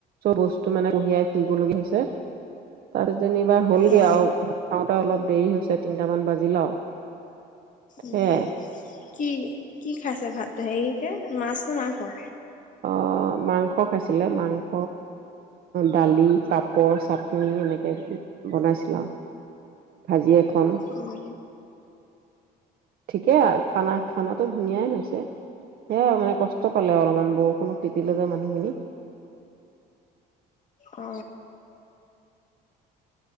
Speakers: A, on the right; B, on the left.
A: চব বস্তু মানে কঢ়িয়াই ফুৰিবলগীয়া হৈছে। তাৰ যেনিবা হ'লগে
B: অ',
A: আও অলপ দেৰি হৈছে, তিনটামান বাজি আৰু।
B: উম।
A: সেয়াই
B: কি, কি খাইছে ভাতটো, হেৰিকে মাছ নে মাংস?
A: অ' মাংস খাইছিলে মাংস। দালি, পাপৰ, চাটনি, এনেকে বনাইছিল আৰু। ভাজি এখন।
B: উম,
A: ঠিকেই আৰু খানা-খানাটো ধুনীয়াই হৈছে, সেয়াই আৰু মানে কষ্ট পালে অলপমান বৰষুণত তিতিলে যে মানুহখিনি।
B: অ